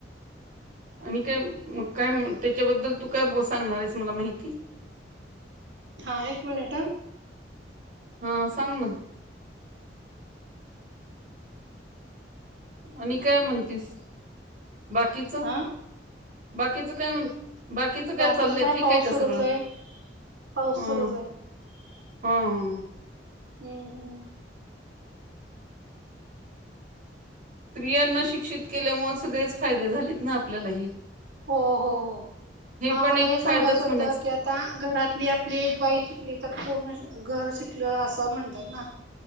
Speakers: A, on the right (about 50°); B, on the right (about 85°).
A: आणि काय मग काय त्याच्याबद्दल तू काय सांगणार आहेस मला माहिती
B: हा एक मिनिट ह.
A: हा सांग ना आणि काय म्हणतीस बाकीच
B: हा
A: बाकीचं काय म्हण बाकीचं
B: बाकीच
A: काय चाललंय ठीक
B: पाऊस
A: आहे का
B: सुरूच
A: सगळं
B: आहे पाऊस
A: हा
B: सुरू झाला आहे.
A: हा हा.
B: हम्म हम्म.
A: स्त्रियांना शिक्षित केल्यामुळे सगळेच फायदे झालेत ना आपल्यालाही
B: हो हो हो. हा
A: पण
B: मला
A: एक
B: हे सांगायचं
A: फायदाच
B: होतं
A: म्हणायच
B: की आता घरातली आपली एक बाई शिकली तर पूर्ण. घर शिकल असं म्हणतात ना